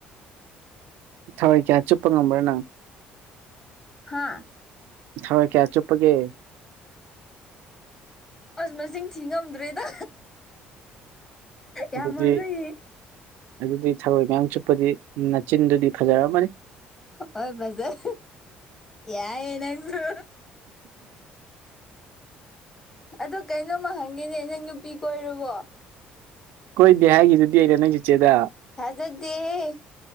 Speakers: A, on the right (about 85°); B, on the left (about 15°).
A: ꯊꯋꯥꯏ ꯀꯌꯥ ꯆꯨꯞꯄ ꯉꯝꯕ꯭ꯔꯥ ꯅꯪ
B: ꯍꯥꯥ
A: ꯍꯣꯏ ꯀꯌꯥ ꯆꯨꯞꯄꯒꯤꯦ
B: ꯑꯁ ꯃꯁꯤꯡ ꯊꯤ ꯉꯝꯗ꯭ꯔꯦꯗ
A: ꯑꯗꯨꯗꯤ
B: ꯌꯥꯝ ꯃꯥꯟꯅꯩꯌꯦ
A: ꯑꯗꯨꯗꯤ ꯊꯔꯣꯏ ꯃꯌꯥꯝ ꯆꯨꯞꯄꯗꯤ ꯃꯆꯤꯟꯗꯨꯗꯤ ꯐꯖꯔꯝꯃꯅꯤ
B: ꯍꯣꯏ ꯃꯖꯔ ꯌꯥꯏ ꯅꯪꯁꯨ ꯑꯗꯣ ꯀꯩꯅꯣꯝꯃ ꯍꯪꯒꯦꯅꯦ ꯅꯪ ꯅꯨꯄꯤ ꯀ ꯑꯣꯏꯔꯕꯣ
A: ꯀꯣꯏꯗꯦ ꯍꯥꯏꯈꯤꯗꯨꯗꯤ ꯑꯩꯅ ꯅꯪ ꯆꯤꯠꯆꯦꯗ
B: ꯊꯥꯖꯗꯤꯦꯦ